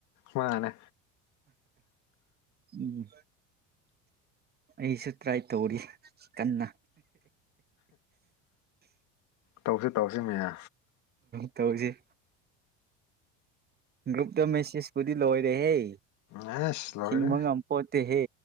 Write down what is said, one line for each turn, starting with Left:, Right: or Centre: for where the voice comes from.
Left: ꯃꯥꯅꯦ
Right: ꯎꯝ ꯑꯩꯁꯨ ꯇ꯭ꯔꯥꯏ ꯇꯧꯔꯤ ꯀꯟꯅ
Left: ꯇꯧꯁꯤ ꯇꯧꯁꯤ ꯃ
Right: ꯇꯧꯁꯤ ꯭ꯔꯨꯞꯇ ꯃꯦꯁꯦꯁ ꯀꯗꯤ ꯂꯑꯣ ꯑꯣꯏꯔꯦꯍꯦ
Left: ꯑꯁ ꯂꯣꯏꯔꯦ
Right: ꯁꯤꯤꯡꯃꯒ ꯑꯃꯄꯣꯠꯇ ꯍꯦ